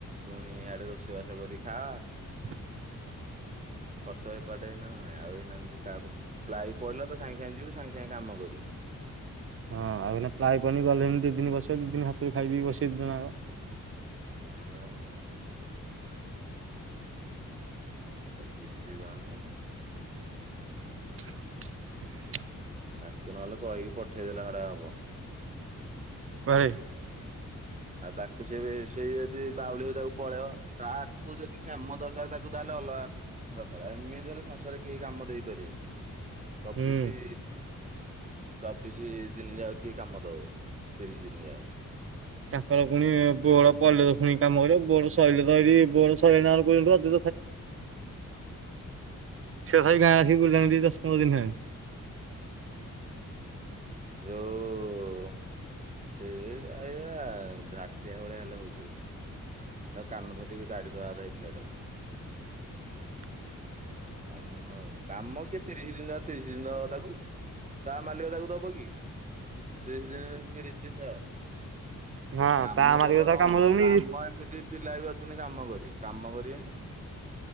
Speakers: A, on the right (about 25°); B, on the right (about 45°).
A: ପୁଣି ଆଡେ ରୋଷେଇବାସ କରି ଖାଆ
B: <inaudible>
A: ଖର୍ଚ୍ଚ ଏପାଟେ ହେଇ ନା ନା ନାଇଁ ଆଉ ଏୟିନା ଯଦି କାହାକୁ ପ୍ଲାଏ ପଡ଼ିଲା ତ ସାଙ୍ଗେ ସାଙ୍ଗେ ଯିବୁ, ସାଙ୍ଗେ ସାଙ୍ଗେ କାମ କରିବୁ।
B: ହଁ ଆଉ ଏଇନା ପ୍ଲାଏ ପଡିନି ଗଲେ ହେଇକି ଦି ଦିନ ବସିବ, ଦି ଦିନ ହାତରୁ ଖାଇ ପିଇକି ବସେଇ ଦି ଜଣ ଯାକ।
A: ହଁ <unintelligible> ଆ ବୁଦ୍ଧିମାନେ
B: <inaudible>
A: ତାକୁ ନହେଲେ କହିକି ପଠେଇଦେଲେ ହରା ହବ।
B: କୁଆଡ଼େ?
A: ଆଉ ତାକୁ ସେ, ସେଇ ଯଦି ବାଉଳି ହଉଛି ତାକୁ ପଳେଇବ, ତାକୁ ଯଦି କାମ ଦରକାର ତାକୁ ତାହଲେ ଅଲଗା ଦରକାର, ଏମିତି ହେଲେ ସଂସାରରେ କେହି କାମ ଦେଇପାରିବେନି। ଚବିଶି
B: ହୁଁ।
A: ଚବିଶ ଦିନ ଯାକ, କିଏ କାମ ଦବ ତିରିଶ ଦିନ ଯା
B: ତାଙ୍କର ପୁଣି ବୋର୍ଡ ପଇଲେ ତ ପୁଣି କାମ କରିବ, ବୋର୍ଡ ସଇଲେ ତ ହେରି, ବୋଡ଼ ସଇଲା ବେଳକୁ <unintelligible> <unintelligible> ସେ ସେଇ ଗାଁ ଆସିକି ବୁଲିଲାଣି ଦଶ ପନ୍ଦର ଦିନେ <inaudible>
A: ଯୋଉ ଉଁ ଉଁ ସେୟା ଏୟା ଝାଟିଆ ଭଳିଆ ହେଲେ ହଉଛି ଆଉ, ଆଉ କାନ ଧରିକି ଦାଡ଼ି ଦେବା କଥା ଏୟୀ ପିଲଟାକୁ <inaudible>
B: <inaudible>
A: ଆ ହଉ ଆଉ କାମ କିଏ ତିରିଶ ଦିନ, ତିରିଶ ଦିନ ତାକୁ ତା ମାଲିକ ତାକୁ ଦବ କି, ତିରିଶ ଦିନ ତିରିଶ ଦିନର
B: ହଁ
A: କାମ
B: ତା ମାଲିକ
A: କଲେ
B: ତାକୁ
A: କଣ
B: କାମ
A: ହବ,
B: ଦଉନି
A: କାମ ଏମିତି ଯି ପିଲା ବି ଅଛନ୍ତି କାମ କରିବେ, କାମ କରିବେନି